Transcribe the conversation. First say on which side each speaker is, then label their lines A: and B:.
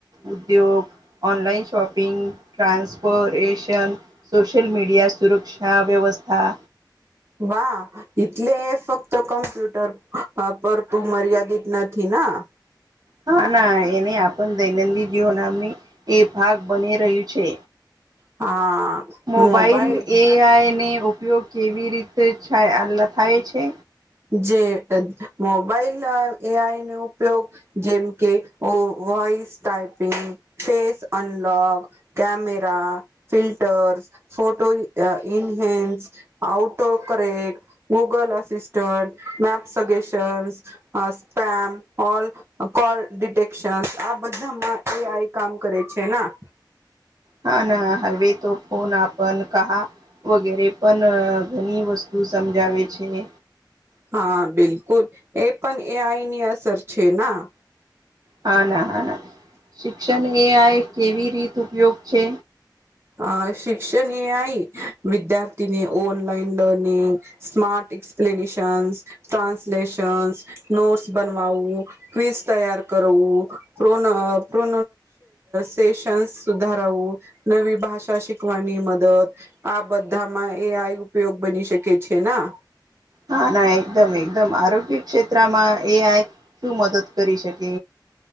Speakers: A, on the right; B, on the right.
A: ઉદ્યોગ ઓનલાઈન શોપિંગ, ટ્રાન્સફરેશન સોશિયલ મીડિયા, સુરક્ષા વ્યવસ્થા
B: વાહ! એટલે ફક્ત કમ્પ્યુટર પર તું મર્યાદિત નથી ના.
A: હા, ના એને આપણ દૈનિક જીવન એ ભાગ બની રહ્યું છે.
B: હા.
A: મોબાાઈલ
B: મોબાઈલ
A: એઆઈને ઉપયોગ કેવી રીતે થાય છે.
B: જે મોબાઈલના એઆઈ નો ઉપયોગ જેમ કે, voice typing face unlock camera, filters, photo, ઇનહેલ્સ આઉટ ઓ કરે Google અસિસ map suggestion, spam, call detail આ બધામાં એ આઈ કામ કરે છે ના.
A: હા, ના હવે તો ફોન આપન કાહા. વગેરે પણ ઘણી વસ્તુ સમજાવે છે.
B: હા, બિલકુલ એ પણ એ આઈની અસર છે ના.
A: હા, ના હા, ના શિક્ષણ એ આઈ કેવી રીત ઉપયોગ છે?
B: અ શિક્ષણ એ આઈ વિદ્યાર્થીને online learning smart explanations, translations notes બનવાવું. ક્વિઝ તૈયાર કરવું પ્રો પ્રો સેશન્ સુધાર નવું નવી ભાષા શિકવાની મદત આ બધામાં એ આઈ ઉપયોગ બની શકે છે ના.
A: હા, ના એકદમ એકદમ આરોગ્ય ક્ષેત્રમાં એ આઈ શું મદદ કરી શકે?